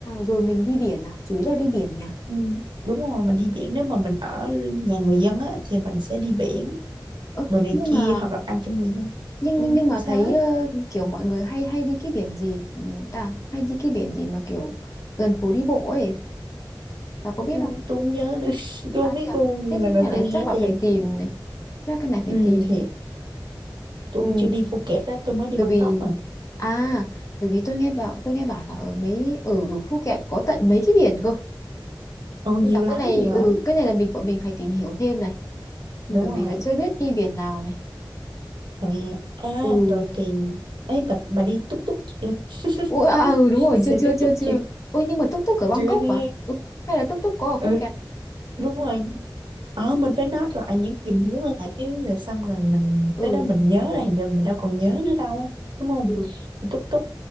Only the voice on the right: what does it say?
ừ, đúng rồi mình đi biển nếu mà mình ở nhà người dân á thì mình sẽ đi biển
đồ này
kia
hoặc là ăn cho người dân
ừ,
sao
á
ừ,
tôi không nhớ nữa <laughs> tôi
không biết
luôn
lần
đầu
tôi nghe
thì
ừ,
thì
tôi
chưa đi Phuket á tôi mới đi
Bangkok
mà
ừ,
nhiều
lắm
nhiều
lắm
đúng
rồi
rồi à,
rồi tiền ấy bà, bà đi túc túc chưa
<laughs>
đi
xe
túc
túc
chưa
chưa thế
ừ,
đúng rồi ờ mình phải note lại những gì mình muốn làm chứ rồi xong rồi mình
tới đó mình nhớ ra thì mình đâu còn nhớ nữa đâu đúng không
túc túc